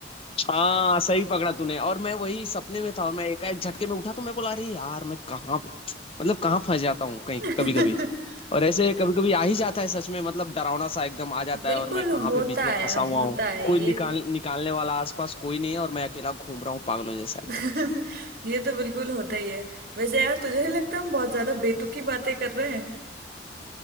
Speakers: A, on the left (about 30°); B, on the right (about 55°).
A: हाँ सही पकड़ा तूने और मैं वही सपने में था और मैं एकाएक झटके में उठा तो मैं बोला अरे यार मैं कहाँ मतलब कहाँ फंस जाता हूँ कहीं
B: <laughs>
A: कभी कभी और ऐसे कभी कभी आ ही जाता है सच में मतलब डरावना सा एकदम आ जाता
B: बिल्कुल
A: है और मैं कहाँ
B: होता
A: पे बीच में
B: है
A: फंसा हुआ
B: होता
A: हूँ
B: है
A: कोई
B: ये
A: निकाल निकालने वाला आसपास कोई नहीं है और मैं अकेला घूम रहा हूँ पागलों जैसा
B: <laughs>
A: एकदम
B: ये तो बिल्कुल होता ही है वैसे यार तुझे नहीं लगता हम बहुत ज्यादा बेतुकी बातें कर रहे हैं